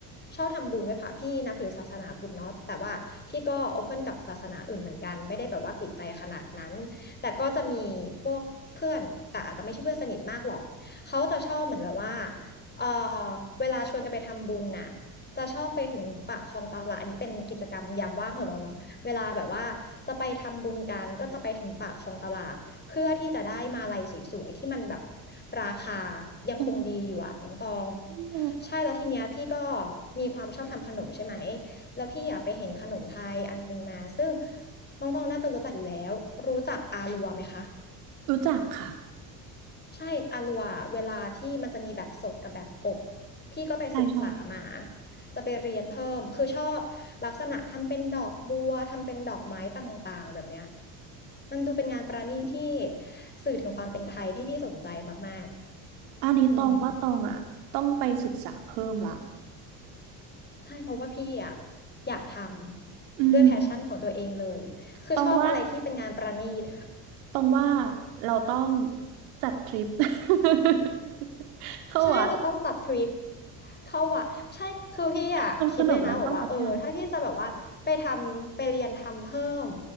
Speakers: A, on the left; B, on the right.
A: ชอบทำบุญไหว้พระพี่นับถือศาสนาพุทธเนาะแต่ว่าพี่ก็โอเพ่นกับศาสนาอื่นเหมือนกันไม่ได้แบบว่าปิดใจขนาดนั้นแต่ก็จะมีพวกเพื่อนแต่อาจจะไม่ใช่เพื่อนสนิทมากหรอกเขาจะชอบเหมือนแบบว่าเออเวลาชวนกันไปทำบุญน่ะจะชอบไปถึงปากคลองตลาดอันนี้เป็นกิจกรรมยามว่างของเราเนาะเวลาแบบว่าจะไปทำบุญกันก็จะไปถึงปากคลองตลาด เพื่อที่จะได้มาลัยสวยๆที่มันแบบราคายังคงดีอยู่อะน้องตอง
B: อืม
A: ใช่แล้วทีเนี้ยพี่ก็มีความชอบทำขนมใช่ไหมแล้วพี่อยากไปเห็นขนมไทยอันหนึงมาซึ่งน้องตองน่าจะรู้จักอยู่แล้วรู้จักอาลัวไหมคะ
B: รู้จักค่ะ
A: ใช่อาลัวเวลาที่มันจะมีแบบสดกับแบบอบพี่ก็ไปศึกษามา
B: ใช่ใช่
A: จะไปเรียนเพิ่ม คือชอบลักษณะทำเป็นดอกบัว ทำเป็นดอกไม้ต่างๆแบบเนี้ยมันดูเป็นงานประณีตที่สื่อถึงความเป็นไทยที่พี่สนใจมากๆอืม
B: อันนี้ตองว่าตองอ่ะต้องไปศึกษาเพิ่มละ
A: ใช่เพราะว่าพี่อะอยากทำด้วยแพชชั่นของตัวเองเลยคือชอบอะไรที่เป็นงานประณีต
B: อืมตองว่าตองว่าเราต้องจัดทริป <laughs> เข้าวัด
A: ใช่เราต้องจัดทริปเข้าวัดใช่คือพี่อ่ะคิดเลยนะบอกว่าเออถ้าพี่จะแบบว่าไปทำไปเรียนทำเพิ่ม
B: ทำขนมแล้วเข้าวัดกัน